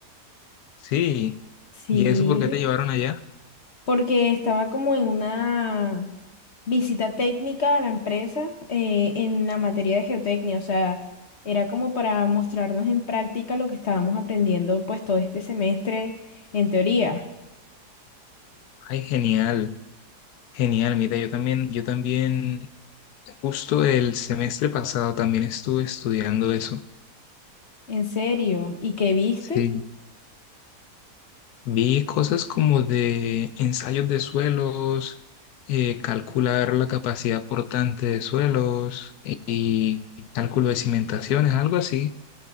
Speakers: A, on the left (about 75°); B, on the left (about 45°).
A: Sí.
B: Sí,
A: ¿Y eso por qué te llevaron allá?
B: porque estaba como en una visita técnica a la empresa eh, en la materia de geotecnia, o sea, era como para mostrarnos en práctica lo que estábamos aprendiendo pues todo este semestre en teoría,
A: Ay, genial, genial. Mira, yo también, yo también, justo el semestre pasado también estuve estudiando eso.
B: en serio. ¿Y qué viste?
A: Sí. Vi cosas como de ensayos de suelos, eh, calcular la capacidad portante de suelos y, y cálculo de cimentaciones, algo así.